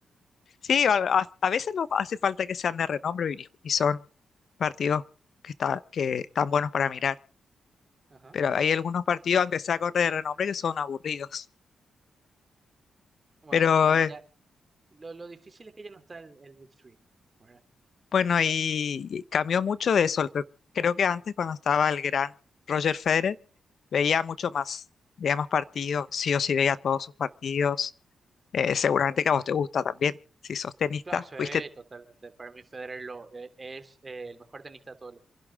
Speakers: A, on the left; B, on the right.
A: Sí, a, a- a veces no hace falta que sean de renombre y, y son partidos que, está, que están buenos para mirar.
B: Ajá.
A: pero hay algunos partidos, aunque sea corte de renombre, que son aburridos.
B: Bueno,
A: Pero
B: y bueno,
A: eh,
B: ya, lo, lo difícil es que ya no está el, el Big Three, ¿verdad?
A: bueno, y y cambió mucho de eso. Cre- Creo que antes, cuando estaba el gran Roger Federer, veía mucho más, veía más partidos,
B: Mm.
A: sí o sí veía todos sus partidos. Eh, seguramente que a vos te gusta también, si sos tenista,
B: Claro, sí,
A: fuiste,
B: totalmente. Para mí Federer lo, eh, es eh, el mejor tenista de todos los